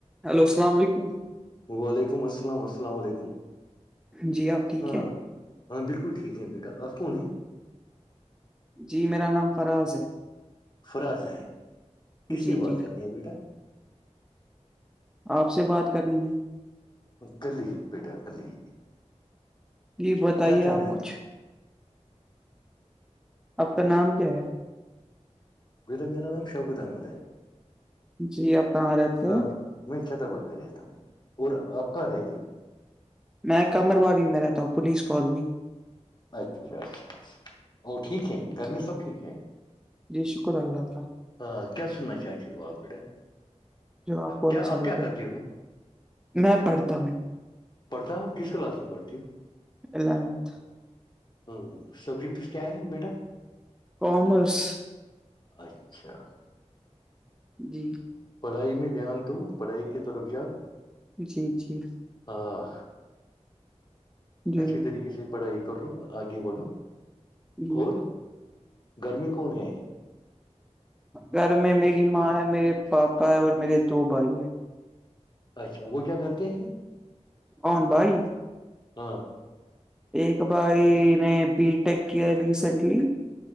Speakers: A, in the centre; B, on the left.
A: Hello السلام علیکم
B: وعلیکم السلام السلام علیکم
A: جی آپ ٹھیک
B: ہاں
A: ہے
B: ہاں بالکل ٹھیک ہیں بیٹا آپ کون ہیں
A: جی میرا نام فراز ہے
B: فراز ہیں کس
A: جی
B: سے بات
A: جی
B: کرنی ہے بیٹا
A: آپ سے بات کرنی ہے
B: کلی ہی پیٹا کلی ہی
A: جی بتائیے
B: کہنا
A: آپ کچھ
B: ہے
A: آپ کا نام کیا ہے
B: بیٹا میرا نام شگتا مودے ہے
A: جی آپ کہاں رہتے
B: ہاں
A: ہیں
B: ہاں میں چھت بل میں رہتا ہوں اور آپ کہاں رہ ج ہو
A: میں کمر والی میں رہتا ہوں پولیس کالونی
B: اچھا اچھا اچھا اور ٹھیک ہے گھر
A: جی
B: میں سب ٹھیک ہے
A: جی شکر اللہ کا
B: ہاں کیا سننا چاہتی ہو آپ بیٹے
A: جو کو
B: کیا
A: اچھا
B: اپ کیا
A: لگے
B: کرتی ہو
A: میں پڑھتا ہوں
B: پڑھتا ہوں کس کلاس میں پڑھتی ہوں
A: علےونتح
B: ہوں سبجیکٹس کیا ہے بیٹا
A: کامرس
B: اچھا
A: جی
B: پڑھائی میں دھیان دو پڑھائی کی طرف جاپ
A: جی جی
B: ہاں
A: جی
B: اچھی طریقے سے پڑھائی کر لو آگے بڑھو
A: جی
B: اور گھر میں کون ہے
A: گھر میں میری ماں ہے میرے پاپا ہے اور میرے دو بھائی ہیں
B: اچھا وہ کیا کرتے ہیں
A: کون بھائی
B: ہاں
A: ایک بھائی نے بی ٹیک کیا ریسینٹلی